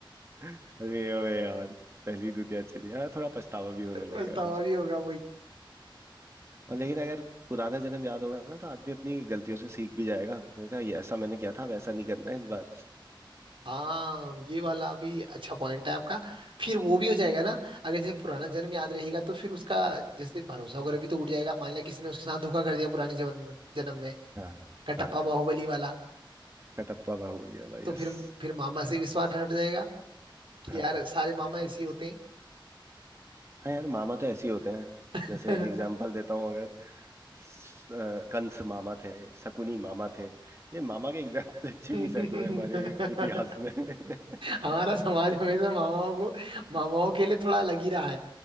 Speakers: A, on the right; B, on the right.
A: <laughs> अरे अरे यार पहली दुनिया चली हाँ थोड़ा पछतावा भी होने
B: पछतावा
A: लगेगा फिर
B: भी होगा
A: और लेकिन अगर पुराना जन्म याद होगा ना तो आदमी अपनी गलतियों से सीख भी जाएगा उसने कहा ये ऐसा मैंने किया था वैसा नहीं करना है इस बार
B: हाँ ये वाला भी अच्छा पॉइंट है आपका फिर वो भी हो जाएगा ना अगर जैसे पुराना जन्म याद रहेगा तो फिर उसका जैसे भरोसा वगैरह भी तो उड़ जाएगा मान लिया किसी ने उसके साथ धोखा कर दिया पुराने जीवन में जन्म में
A: हाँ
B: कटप्पा
A: हाँ
B: बाहुबली वाला
A: कटप्पा बाहुबली वाला
B: तो
A: यस
B: फिर फिर मामा से विश्वास हट जाएगा कि
A: हाँ
B: यार सारे मामा ऐसे ही होते
A: हाँ यार मामा तो ऐसे ही होते हैं जैसे
B: हैं
A: एग्जाम्पल देता हूँ अगर स- अ, कंस मामा थे शकुनी मामा थे ये मामा के एग्जाम्पल अच्छे
B: <laughs>
A: नहीं सेट हुए हमारे इतिहास में <laughs>
B: हमारा समाज हमेशा मामाओं को मामाओं के लिए थोड़ा अलग ही रहा